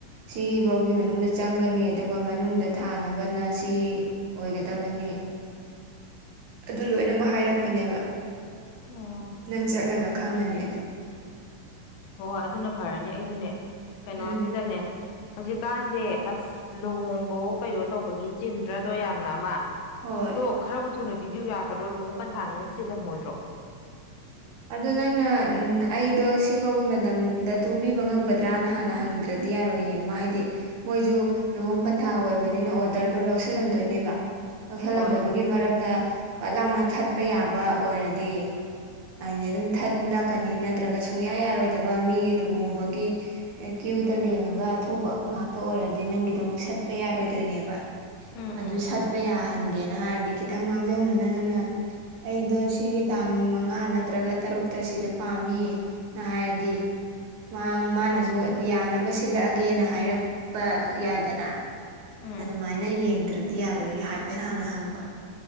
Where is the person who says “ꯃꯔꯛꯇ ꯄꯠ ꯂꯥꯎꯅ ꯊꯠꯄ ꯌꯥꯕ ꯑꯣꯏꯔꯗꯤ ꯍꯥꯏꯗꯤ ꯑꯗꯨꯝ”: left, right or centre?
Right